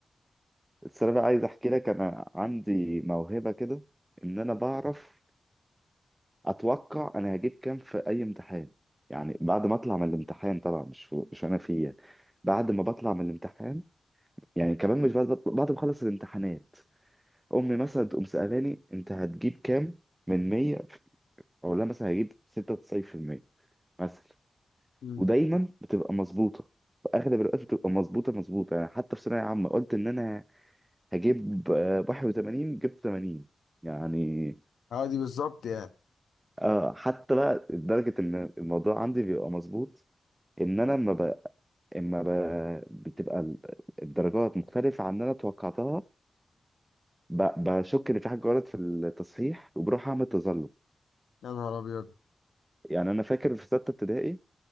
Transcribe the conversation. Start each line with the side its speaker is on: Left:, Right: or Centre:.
Right: بس انا عايز احكي لك انا عندي موهبه كده ان انا بعرف اتوقع انا هجيب كام في اي امتحان يعني بعد ما اطلع من الامتحان طبعا مش في- مش انا فيه يعني. بعد ما بطلع من الامتحان يعني كمان مش بعد بعد ما اخلص الامتحانات امي مثلا تقوم سالاني انت هتجيب كام من 100 اقول لها مثلا هجيب 96% مثلا
Left: مم.
Right: ودايما بتبقى مظبوطه في اغلب الوقت بتبقى مظبوطه مظبوطه يعني حتى في ثانويه عامه قلت ان انا هجيب آه، 81 جبت 80 يعني
Left: اه دي بالظبط يعني
Right: آه حتى بقى لدرجة إن الموضوع عندي بيبقى مظبوط إن أنا لما ب... إما ب... بتبقى ال- الدرجات مختلفة عن اللي أنا توقعتها ب... بشك إن في حاجة غلط في التصحيح وبروح أعمل تظلم
Left: يا نهار أبيض
Right: يعني أنا فاكر في ستة ابتدائي